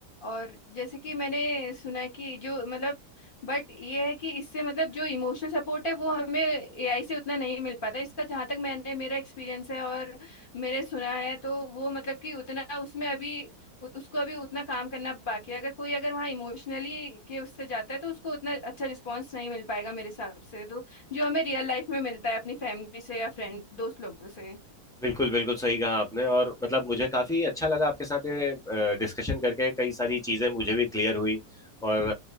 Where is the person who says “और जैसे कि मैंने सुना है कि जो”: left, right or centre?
Left